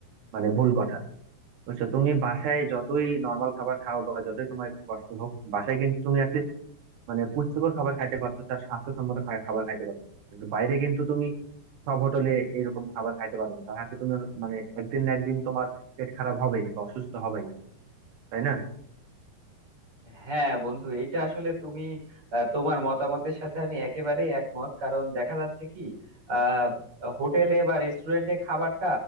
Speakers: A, on the right; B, on the right.
A: মানে ভুল কথা বুঝছো তুমি বাসায় যতই নর্মাল খাবার খাও বা যতই তোমার একটু কষ্ট হোক বাসায় কিন্তু তুমি মানে পুষ্টিকর খাবার খাইতে পারতেছে আর স্বাস্থ্যসম্মত খা- খাবার খাইতে পারতেছে কিন্তু বাইরে কিন্তু তুমি সব হোটেলে এরকম খাবার খাইতে পারবে না দেখা যাচ্ছে তুমি মানে একদিন না একদিন তোমার পেট খারাপ হবেই বা অসুস্থ হবেই তাই না
B: হ্যাঁ বন্ধু এটা আসলে তুমি আহ, তোমার মতামতের সাথে আমি একেবারে একমত কারণ দেখা যাচ্ছে কি আহ, হোটেলে বা রেস্টুরেন্টে খাবারটা